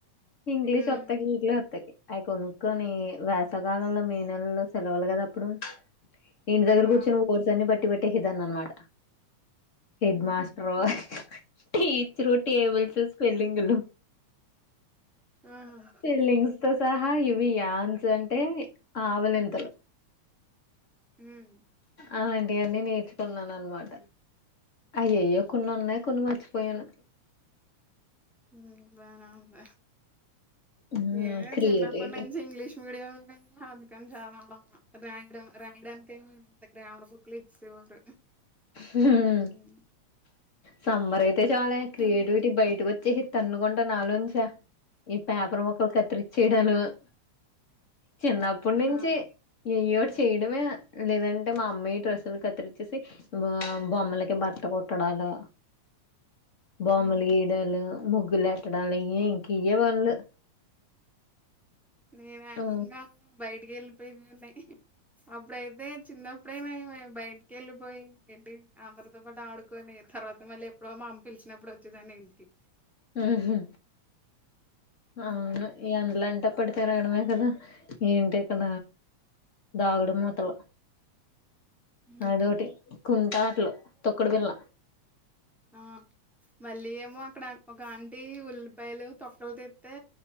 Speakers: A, on the left; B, in the centre.
A: ఇంగ్లీష్
B: హ్మ్
A: వత్తకి <unintelligible> అవి కొనుక్కొని వేసాకాలంలో మే నెలల్లో సెలవులు కద అప్పుడు ఇంటి దగ్గరకు
B: ఆ ఆ
A: వచ్చి మిషన్ నీ బట్టి బట్టి <unintelligible> హెడ్
B: హుహు.
A: మాస్టర్ టీచరు టేబిల్స్ స్పెల్లింగ్ లు
B: ఆహా!
A: టెల్లింగ్ తోసహా ఇవి యాన్స్ అంటే ఆవలింతలు
B: ఉమ్
A: అలాంటివన్నీ నేర్చుకున్నాను అన్నమాట అయ్యెయో కొన్ని ఉన్నాయి కొన్ని మర్చి పోయాను
B: ఉమ్ బానే ఉన్న
A: హ్మ్
B: నేనేమో
A: క్రియేటివిటీ
B: చిన్నప్పనుంచి ఇంగ్లీష్ మీడియం అందుకని చదవడం రాయడం రాయడానికి ఏమో గ్రామర్ బుక్లు ఇచ్చేవారు
A: హ్మ్
B: ఉమ్
A: సమ్మర్ అయి తే చాలే క్రియేటివిటీ
B: అందుకే
A: బయటకు వ చ్చి తన్నుకుంట నాలోంచి ఈ పేపర్ ముక్కలు కత్తిరిచ్చేయడాలు చిన్నప్పటి నుంచి
B: ఆ
A: ఏయ్యోటి చేయడమే లేదంటే మా అమ్మయి డ్రెస్సులు కత్తిరిచేసి బొమ్మలకి బట్ట కుట్టడాలు బొమ్మలు
B: హ్మ్
A: గీయడాలు ముగ్ ముగ్గులు పెట్టాడాలు ఇయే ఇంక ఇయే పనులు
B: నేను ఏకంగా
A: ఆ
B: బయట ఎళ్లిపోయింది అప్పుడు అయితే చిన్నప్ ఎప్పుడేమ బయటికి వెళ్ళిపోయి ఏంటి అందరితో పాటు ఆడుకొని తర్వాత మళ్ళీ ఎప్పుడో మా అమ్మ పిలిచినప్పుడు వచ్చేదాన్ని ఇంటికి
A: ఉమ్ హూ అవును
B: ఆ
A: ఎండ్లా ఇట్టప్పడి తిరాగడమే కదా ఏంటి ఇక్కడ దాగడు మూతలు
B: ఉమ్,
A: అదోటి కుంటాట్లు తొక్కుడు బిల్ల
B: ఆ మళ్ళీ ఏమో అక్కడ ఒక ఆంటీ ఉల్ పాయలు తొక్కలు తీత్తే